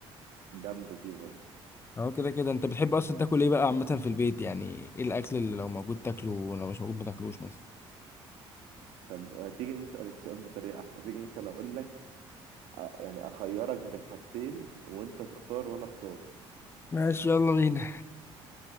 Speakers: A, on the right; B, on the left.
A: جامده دي برضه
B: اهو كده كده انت بتحب اصلا تاكل ايه بقى عامه في البيت يعني ايه الاكل اللي لو موجود تاكله ولو مش موجود ما تاكلوش مثلا
A: طب تيجي نسأل السؤال بطريقة أحلى تيجي مثلا أقول لك أ- يعني أخيرك بين حاجتين وأنت تختار وأنا أختار
B: ماشي يلا بينا